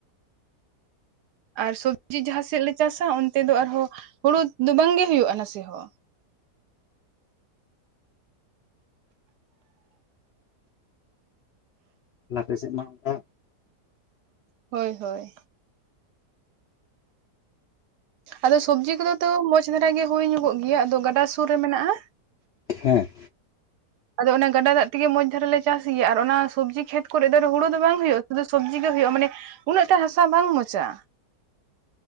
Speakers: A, on the right (about 75°); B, on the left (about 80°).
A: ᱟᱨ ᱥᱚᱵᱽᱡᱤ ᱡᱟᱦᱟᱸ ᱥᱮᱫ ᱞᱮ ᱪᱟᱥᱟ ᱚᱱᱛᱮ ᱫᱚ ᱟᱨᱦᱚᱸ ᱦᱩᱲᱩ ᱫᱚ ᱵᱟᱝᱜᱮ ᱦᱳᱭᱳᱜᱼᱟ ᱱᱟᱥᱮ ᱦᱚᱸ
B: ᱟᱯᱮ ᱥᱮᱫ ᱢᱟ ᱚᱱᱠᱟ
A: ᱦᱳᱭ ᱦᱳᱭ ᱟᱫᱚ ᱥᱚᱵᱡᱤ ᱠᱚᱫᱚ ᱢᱚᱸᱡᱽ ᱫᱷᱟᱨᱟ ᱜᱮ ᱦᱩᱭ ᱧᱚᱜᱚᱜ ᱜᱮᱭᱟ ᱟᱫᱚ ᱜᱟᱰᱟ ᱥᱩᱨ ᱨᱮ ᱢᱮᱱᱟᱜᱼᱟ
B: ᱦᱮᱸ
A: ᱟᱫᱚ ᱚᱱᱟ ᱜᱟᱰᱟ ᱫᱟᱜ ᱛᱮᱜᱮ ᱢᱚᱸᱡᱽ ᱫᱷᱟᱨᱮ ᱞᱮ ᱪᱟᱥ ᱜᱮᱭᱟ ᱟᱨ ᱚᱱᱟ ᱥᱚᱵᱡᱤ ᱠᱷᱮᱛ ᱠᱚᱨᱮ ᱫᱚ ᱦᱩᱲᱩ ᱫᱚ ᱵᱟᱝ ᱦᱩᱭᱩᱜᱼᱟ, ᱥᱩᱫᱩ ᱥᱚᱵᱡᱤ ᱜᱮ ᱦᱩᱭᱩᱜᱼᱟ ᱢᱟᱱᱮ ᱩᱱᱟᱹᱜ ᱴᱟ ᱦᱟᱥᱟ ᱵᱟᱝ ᱢᱚᱡᱟ